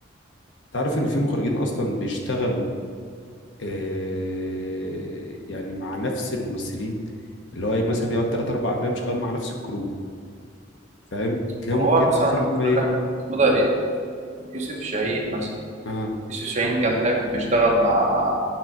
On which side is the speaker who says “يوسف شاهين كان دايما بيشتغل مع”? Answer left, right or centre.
Right